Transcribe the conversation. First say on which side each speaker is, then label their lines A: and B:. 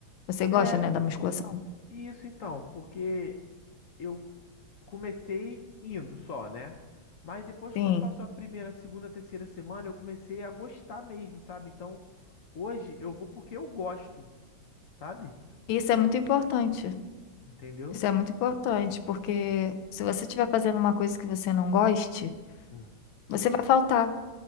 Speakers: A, on the left (about 80°); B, on the left (about 55°).
A: Você gosta,
B: É
A: né, da musculação?
B: isso então, porque eu comecei indo só, né? Mas depois,
A: Sim.
B: quando passou a primeira, segunda, terceira semana, eu comecei a gostar mesmo, sabe? Então, hoje eu vou porque eu gosto, sabe?
A: Isso é muito importante.
B: Entendeu?
A: Isso é muito importante, porque se você estiver fazendo uma coisa que você não goste,
B: Hum.
A: você vai faltar.